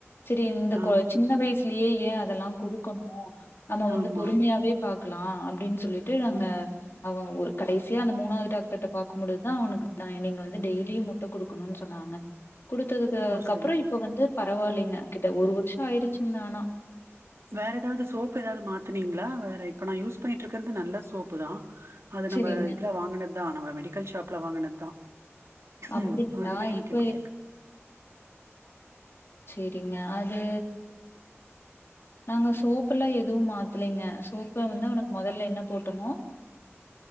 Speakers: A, on the left (about 55°); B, on the right (about 70°).
A: சரி இந்த
B: ஆ
A: சின்ன வயசுலயே ஏன் அதெல்லாம் குடுக்கணும் நம்ம வந்து
B: ஆமா
A: பொறுமையாவே பா பாக்கலா அப்டின் சொல்லிட்டு நாங்க
B: ம்
A: அவங்க ஒர் கடைசியா அந்த மூணாவது டாக்டர்ட பாக்கும் பொழுதுதா அவனுக்கு நீங்க வந்து டெய்லியும் முட்ட குடுக்கணுன்னு சொன்னாங்க குடுத்ததுக்கு
B: ஓ சரி
A: அப்புறோ இப்ப வந்து பரவாயில்லைங்க கிட்ட ஒரு வருஷோ ஆயிடுச்சு ன்னனா
B: வேற ஏதாவது சோப்பு ஏதாவது மாத்தனீங்ளா வேற இப்ப நா யூஸ் பண்ணிட்டு இருக்கறது நல்ல சோப்பு தா அது
A: சரிங்க
B: நம்ம இதுலா வாங்குனதுதா நம்ம மெடி கல் சாப்ல வாங்னத்தா
A: அப்படிங்களா
B: ம் அதுவே எனக்கு
A: இப்ப
B: எப்பிடி இருக்கு
A: செரிங்க அது நாங்க சோப்புல்லா எதுவு மாத் தில்லைங்க சோப்புல வந்து அவனுக்கு மொதல்ல என்ன போட்டோமோ